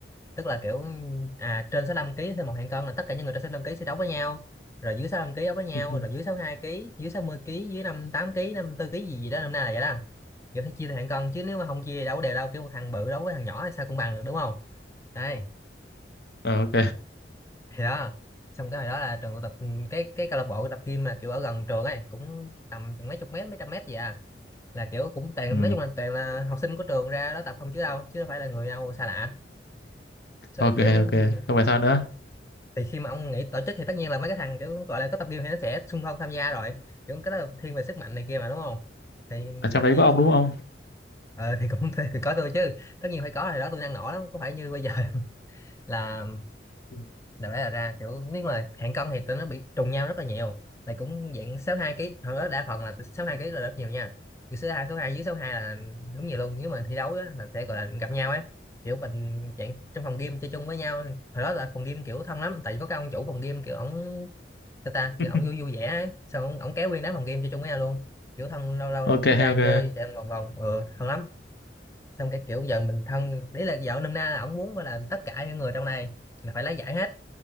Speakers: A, on the left (about 15°); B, on the left (about 60°).
A: tức là kiểu à trên 65 ký thêm một hạng cân là tất cả những người trên 65 ký sẽ đấu với nhau rồi dưới 65 ký đấu với nhau
B: ừ.
A: rồi
B: <laughs>
A: dưới sáu hai ký dưới 60 ký dưới 58 kg 54 kg gì gì đó năm nay là vậy đó giờ phải chia theo hạng cân chứ nếu mà không chia thì đâu có đều đâu kiểu một thằng bự đấu với thằng nhỏ thì sao cũng bằng được đúng không đây
B: Ờ, ok
A: thì đó xong cái hồi đó là trường tập ừ, cái cái câu lạc bộ tập gym là kiểu ở gần trường ấy cũng tầm chừng mấy chục mét mấy trăm mét gì à là kiểu cũng toàn
B: ừ.
A: nói chung là toàn là học sinh của trường ra đó tập không chứ đâu chứ đâu phải là người nào xa lạ rồi
B: ok
A: kiểu
B: ok
A: thi
B: không phải sao nữa
A: thì khi mà ông nghĩ tổ chức thì tất nhiên là mấy cái thằng kiểu gọi là có tập gym thì nó sẽ xung phong tham gia rồi kiểu cái đó là thiên về sức mạnh này kia mà đúng không thì
B: ở trong
A: tập
B: đấy
A: gym
B: có ông
A: xong
B: đúng không
A: ờ, thì cũng <laughs> thì có tôi chứ tất nhiên phải có thì đó tôi năng nổ lắm có phải như bây giờ <laughs> là
B: Ừ.
A: đại loại là ra kiểu nếu mà hạng cân thì tụi nó bị trùng nhau rất là nhiều là cũng dạng sáu hai ký hồi đó đa phần là sáu hai ký là rất nhiều nha kiểu số hai số hai dưới sáu hai là đúng nhiều luôn nếu mà thi đấu á, là sẽ gọi là gặp nhau ấy kiểu mình dạng trong phòng game chơi chung với nhau hồi đó là phòng game kiểu thân lắm tại vì có cái ông chủ phòng game kiểu ổng ta ta kiểu
B: <laughs>
A: ổng vui vui vẻ ấy xong ổng, ổng kéo nguyên đám phòng game chơi chung với nhau luôn kiểu thân lâu lâu
B: ok
A: cứ ra
B: ok
A: chơi chạy vòng vòng ừ, thân lắm xong cái kiểu giờ mình thân đấy là vợ nôm na là ổng muốn gọi là tất cả những người trong này là phải lấy giải hết